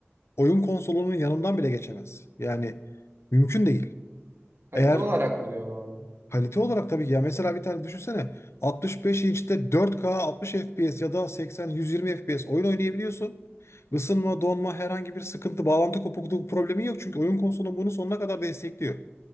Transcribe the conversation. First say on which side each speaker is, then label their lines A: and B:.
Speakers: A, on the left (about 75°); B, on the right (about 60°).
A: oyun konsolunun yanından bile geçemez. Yani mümkün değil.
B: Kalite
A: Eğer
B: olarak mı diyorsun abi?
A: Kalite olarak tabii ki ya mesela bir tane düşünsene 65 inçte 4K 60 FPS ya da 80 120 FPS oyun oynayabiliyorsun. Isınma, donma, herhangi bir sıkıntı, bağlantı kopukluğu problemi yok çünkü oyun konsolun bunu sonuna kadar destekliyor.